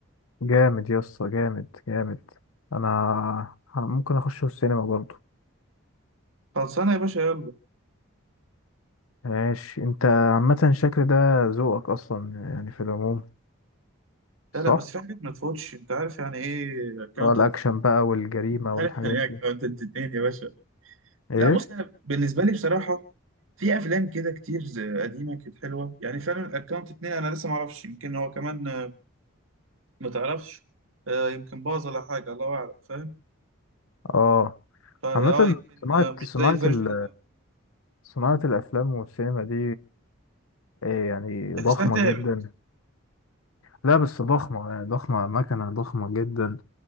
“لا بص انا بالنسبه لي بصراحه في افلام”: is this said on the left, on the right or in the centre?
Right